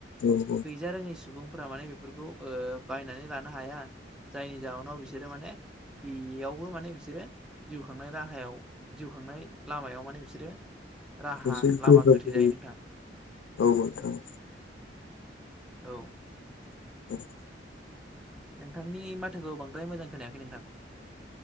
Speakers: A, on the left; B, in the centre.
A: औ औ
B: रोङि सुबुंफोरा माने बेफोरखौ ओ बायनानै लानो हाया जायनि जाहोनाव बिसोरो माने बेयावबो माने बिसोरो जिउ खांनाय राहायाव जिउ खांनाय लामायाव माने बिसोरो राहा
A: एसे
B: लामा
A: गोब्राब
B: गोथे
A: जायो
B: नोंथां
A: औ नोंथां
B: औ
A: <unintelligible>
B: नोंथांनि माथोखौ बांद्राय मोजां खोनायाखै नोंथां